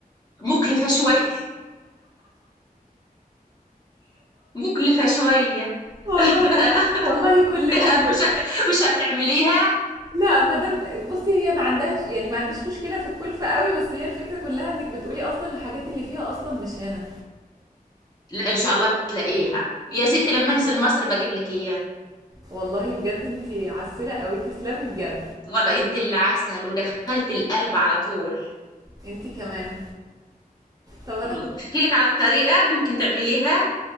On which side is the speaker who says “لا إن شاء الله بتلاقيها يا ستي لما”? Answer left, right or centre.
Left